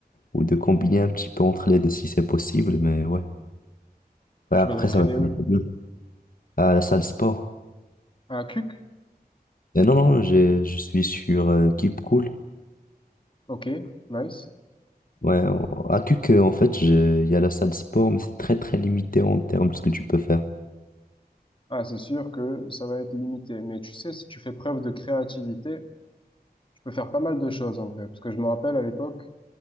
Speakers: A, on the left; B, on the left.
A: Ou de combiner un petit peu entre les deux si c'est possible, mais ouais. Ouais,
B: Tu
A: après,
B: vas t'entraîner
A: ça va être
B: où?
A: un peu dur. à la salle sport.
B: À Cuc?
A: Et non, non, j'ai- je suis sur euh, Keep Cool.
B: Ok, nice.
A: Ouais, on- à CUC, euh, en fait, je- il y a la salle sport, mais c'est très, très limité en termes de ce que tu peux faire.
B: Ah, c'est sûr que ça va être limité. Mais tu sais, si tu fais preuve de créativité, tu peux faire pas mal de choses en vrai. Parce que je me rappelle à l'époque,